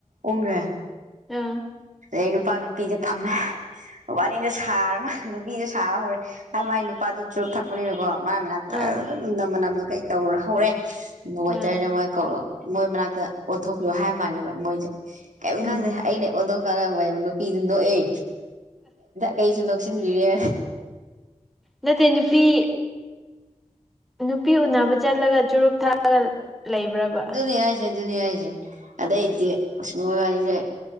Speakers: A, on the right; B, in the centre.
A: ꯎꯔ
B: ꯑꯥ
A: ꯑ ꯅꯨꯄꯥꯒꯅ ꯄꯤꯗ ꯐꯃꯦ ꯋꯥꯕꯥꯅꯤꯗ ꯁꯥꯔ ꯅꯨꯄꯤꯗ ꯁꯥꯕ ꯍꯧꯔꯦ ꯍꯥꯏ ꯃꯥꯏ ꯅꯨꯄꯥꯗꯨꯣ ꯆꯨꯔꯨꯞ ꯊꯛꯄꯅꯤꯅꯀꯣ ꯃ ꯃꯅꯥ ꯑꯗꯨꯝ
B: ꯑ
A: ꯅꯝꯃꯅꯝꯗꯨ ꯀꯩ ꯀꯧꯔ ꯍꯧꯔꯦ ꯋꯦꯇꯔꯗ
B: ꯑ
A: ꯃꯣꯏ ꯀꯧꯔꯣ ꯃꯣꯏ ꯃꯅꯥꯛꯇ ꯑꯣꯟꯊꯣꯛꯄꯤꯌꯣ ꯍꯥꯏꯕ ꯃꯥꯜꯂꯦꯕ ꯃꯣꯏꯁꯦ ꯀꯔꯤꯝ
B: ꯎꯝ
A: ꯈꯪꯗꯦ ꯑꯩꯅ ꯑꯣꯟꯊ ꯀꯔ ꯅꯨꯄꯤꯗꯨ ꯅꯣꯛꯑꯦ ꯀꯩꯁꯨ ꯅꯣꯛꯁꯤꯟꯕꯤꯔꯦ
B: ꯅꯠꯇꯦ ꯅꯨꯄꯤ ꯅꯨꯄꯤ ꯎꯅꯕ ꯆꯠꯂꯒ ꯆꯨꯔꯨꯞ ꯊꯥꯛꯒ ꯂꯩꯕ꯭ꯔꯕ
A: ꯑꯗꯨꯅꯤ ꯍꯥꯏꯁꯦ ꯑꯗꯨꯅꯤ ꯍꯥꯏꯁꯦ ꯑꯗꯩꯗꯤ ꯃꯣꯏ ꯋꯥꯔꯤꯁꯦ